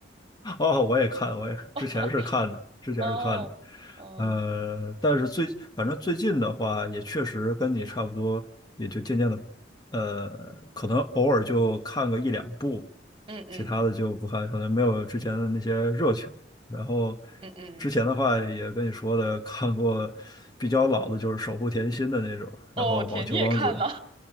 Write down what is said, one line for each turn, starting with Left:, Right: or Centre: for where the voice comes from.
Left: 哦，我也看，我也之前是看的，
Right: <laughs>
Left: 之前是看的，
Right: 哦，哦，
Left: 呃，但是最反正最近的话，也确实跟你差不多，也就渐渐的，呃，可能偶尔就看个一两部，
Right: 嗯嗯
Left: 其他的就不看，可能没有之前的那些热情。然后
Right: 嗯嗯，
Left: 之前的话也跟你说的，看过比较老的，就是《守护甜心》的那种，然后《网球王子》
Right: 哦，我天，你也看了？